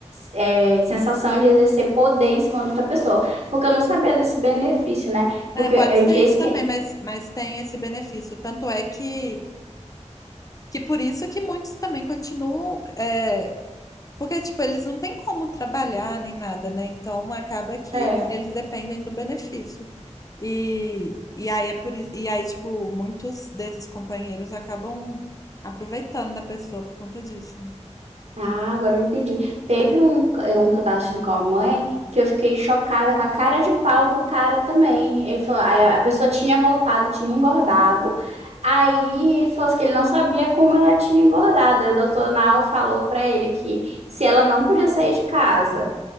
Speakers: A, on the right; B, on the left.
A: é, sensação de exercer poder em cima de outra pessoa. Porque eu não sabia desse benefício, né? Porque
B: É, pode
A: a
B: ser
A: esse
B: isso também,
A: que.
B: mas, mas tem esse benefício. Tanto é que. Que por isso que muitos também continuam, é, porque, tipo, eles não têm como trabalhar nem nada, né? Então acaba que
A: é,
B: eles dependem do benefício. E, e aí é por isso, e aí, tipo, muitos desses companheiros acabam aproveitando da pessoa por conta disso. né?
A: Ah, agora eu entendi. Teve um, ca- eh, um que eu tava assistindo com a mãe que eu fiquei chocada com a cara de pau do cara também. Ele falou, aí a pessoa tinha voltado, tinha engordado. Aí ele falou assim que ele não sabia como ela tinha engordado. Aí o doutor Nau falou pra ele que se ela não podia sair de casa,